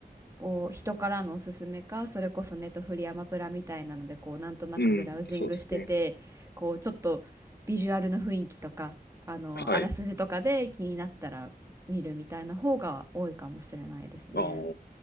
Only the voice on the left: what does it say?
うん。そうですね。はい。ああ。